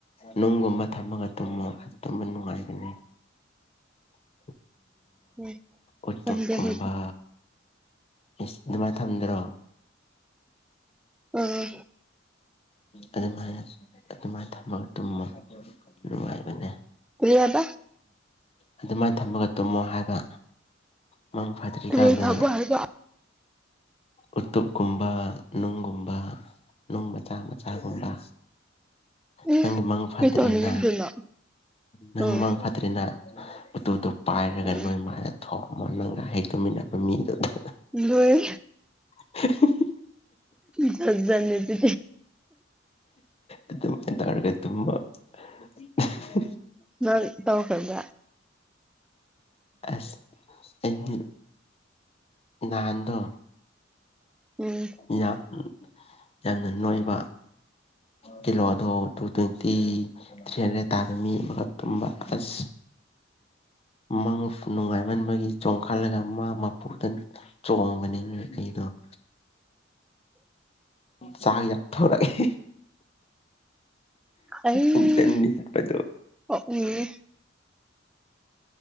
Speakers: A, on the left (about 30°); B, in the centre.
A: ꯅꯨꯡꯒꯨꯝꯕ ꯊꯝꯃꯒ ꯇꯨꯝꯃꯣ ꯇꯨꯝꯕ ꯅꯨꯡꯉꯥꯏꯕꯅꯤ ꯎ
B: ꯎꯝ
A: ꯎꯇꯣꯞꯀꯨꯝꯕ
B: ꯊꯖꯗꯦ ꯈꯣꯏꯗꯤ
A: ꯏꯁ ꯑꯗꯨꯃꯥꯏꯅ ꯊꯝꯗ꯭ꯔꯣ
B: ꯑꯥ
A: ꯑꯗꯨꯃꯥꯏꯅ ꯑꯗꯨꯃꯥꯏꯅ ꯊꯝꯃꯒ ꯇꯨꯝꯃꯨ ꯅꯨꯡꯉꯥꯏꯕꯅꯦ
B: ꯀꯔꯤꯍꯕ
A: ꯑꯗꯨꯃꯥꯏꯅ ꯊꯝꯃꯒ ꯇꯨꯝꯃꯣ ꯍꯥꯏꯕ ꯃꯪ ꯐꯗ꯭ꯔꯤꯀꯥꯟꯗ
B: ꯀꯔꯤ ꯊꯕꯛ ꯍꯥꯏꯕ
A: ꯎꯇꯨꯞꯀꯨꯝꯕ ꯅꯨꯡꯒꯨꯝꯕ ꯅꯨꯡ ꯃꯆꯥ ꯃꯆꯥꯒꯨꯝꯕ
B: ꯀꯩ
A: ꯅꯪꯒꯤ ꯃꯪ ꯐꯇ꯭ꯔꯦꯅ
B: ꯇꯧꯅꯤꯡꯉꯥꯏꯗꯨꯅꯣ
A: ꯅꯪ
B: ꯎꯝ
A: ꯃ ꯐ ꯠꯇꯔꯤꯅ ꯎꯇꯣꯗꯣ ꯄꯥꯏꯔꯒ
B: ꯎꯝ
A: ꯅꯣꯏ ꯃꯥꯅ ꯊꯣꯝꯃ ꯅꯪꯒ ꯍꯦꯛ ꯇꯨꯃꯤꯟꯅꯕ ꯃꯤꯗꯨꯗ
B: ꯂꯣꯏ
A: <unintelligible>
B: ꯆꯁꯖꯅꯤ ꯇꯦ
A: ꯑꯗꯨꯃꯥꯏꯅ ꯇꯥꯔꯒ ꯇꯕ <unintelligible>
B: ꯅꯣꯔꯤ ꯇꯧ ꯀꯗ꯭ꯔ
A: ꯑꯁ ꯑꯩ ꯅꯍꯥꯟꯗꯣ
B: ꯎꯝ
A: ꯌꯥꯝ ꯌꯥꯝꯅ ꯅꯣꯏꯕ ꯀꯤꯂꯣꯗꯣ ꯇꯨ ꯇ꯭ꯋꯦꯟꯇꯤ ꯊ꯭ꯔꯤ ꯍꯟꯗ꯭ꯔꯦꯠ ꯇꯥꯕ ꯃꯤ ꯑꯃꯈꯛ ꯇꯨꯝꯕ ꯑꯁ ꯃꯥ ꯅꯨꯡꯉꯥꯏꯃꯟꯕꯒꯤ ꯆꯣꯡꯈꯠꯂꯒ ꯃꯥ ꯃꯄꯨꯔꯗ ꯆꯣꯡꯕꯅꯤꯅ ꯑꯩꯗꯣ ꯑ ꯆꯥꯛ ꯌꯥꯠ ꯊꯧꯔꯒꯦ
B: ꯑꯩ
A: ꯄꯨꯛꯇꯅꯤ ꯍꯥꯏꯕꯗꯣ
B: ꯎꯝ